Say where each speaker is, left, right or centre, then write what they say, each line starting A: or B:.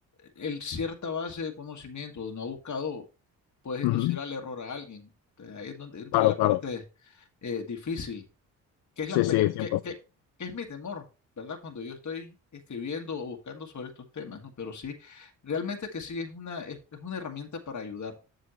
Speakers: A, on the left; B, on the left.
A: el cierta base de conocimiento no ha buscado, puedes inducir
B: Ujú,
A: al error a alguien. Entonces, ahí es donde entra
B: Claro,
A: la parte
B: claro.
A: eh, difícil, que es
B: Sí,
A: la pe-
B: sí,
A: eh,
B: 100%.
A: que, que- que es mi temor, ¿verdad? Cuando yo estoy escribiendo o buscando sobre estos temas, ¿no? Pero sí, realmente que sí es una, es, es una herramienta para ayudar.